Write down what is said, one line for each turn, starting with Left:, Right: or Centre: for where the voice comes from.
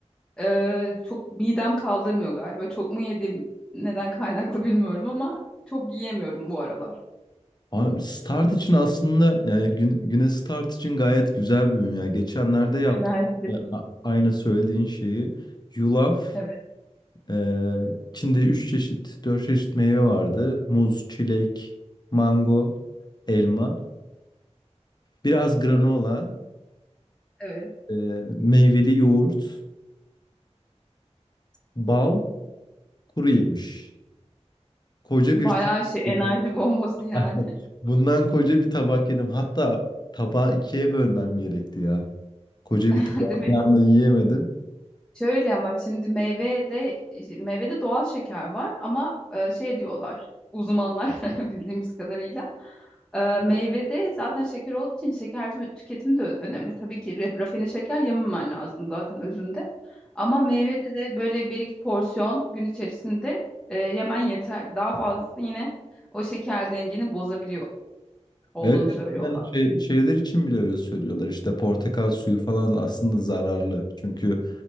Centre: e, çok midem kaldırmıyor galiba. Çok mu yedim neden kaynaklı bilmiyorum ama çok yiyemiyorum bu aralar.
Left: Abi Start için aslında yani Gü- Güne Güneş Start için gayet güzel bir ürün ya. Geçenlerde yaptım
Centre: Enerji deposu.
Left: Ya, a- aynı söylediğin şeyi. Yulaf,
Centre: Evet,
Left: e, içinde 3 çeşit, 4 çeşit meyve vardı. Muz, çilek, mango, elma. Biraz granola,
Centre: evet.
Left: e, meyveli yoğurt, bal, kuru yemiş. Koca
Centre: Bayağı
Left: bir tabak.
Centre: şey
Left: <laughs>
Centre: enerji bombası yani.
Left: Aynen. Bundan koca bir tabak yedim. Hatta tabağı ikiye bölmem gerekti ya. Koca
Centre: <laughs>
Left: bir tabağı
Centre: Değil mi?
Left: bir anda yiyemedim.
Centre: Şöyle ama şimdi meyvede meyvede doğal şeker var ama e, şey diyorlar uzmanlar <laughs> bildiğimiz kadarıyla e, meyvede zaten şeker olduğu için şeker tü- tüketimi de önemli. Tabii ki re- rafine şeker yememen lazım zaten özünde. Ama meyvede de böyle bir iki porsiyon gün içerisinde e, yemen yeterli. Daha fazlası yine o şeker dengeni bozabiliyor olduğunu
Left: Evet
Centre: söylüyorlar.
Left: yani şey, şeyler için bile öyle söylüyorlar işte portakal suyu falan aslında zararlı. Çünkü